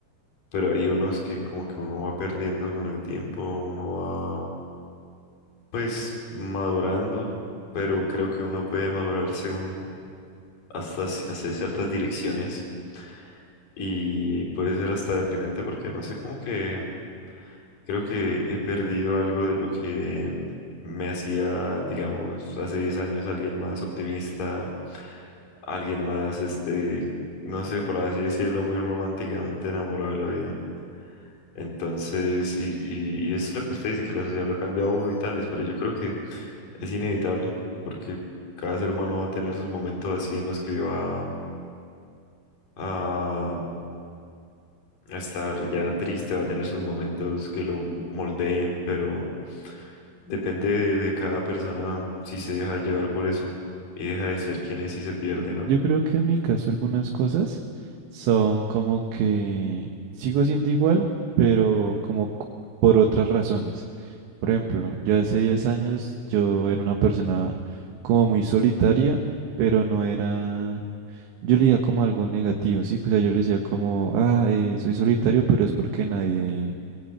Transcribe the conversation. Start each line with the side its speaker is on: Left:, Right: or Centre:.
Left: pero hay unos que como que uno va perdiendo con el tiempo, uno va Pues madurando, pero creo que uno puede madurar según hasta ci- hacia ciertas direcciones y puede ser hasta deprimente porque no sé, como que creo que he perdido algo de lo que me hacía, digamos, hace 10 años alguien más optimista, alguien más, este, no sé, por así decirlo, muy románticamente enamorado de la vida. Entonces, y, y y es lo que usted dice, que la sociedad lo cambia a uno y tales, pero yo creo que Es inevitable, porque cada ser humano va a tener sus momentos así en los que va a, a estar ya triste, va a tener sus momentos que lo moldeen, pero depende de, de cada persona si se deja llevar por eso y deja de ser quien es y se pierde, ¿no?
Right: Yo creo que en mi caso algunas cosas son como que sigo siendo igual, pero como c- por otras razones. Por ejemplo, yo hace 10 años yo era una persona como muy solitaria, pero no era... Yo leía como algo negativo, ¿sí? O sea, yo le decía como, ah, eh, soy solitario, pero es porque nadie...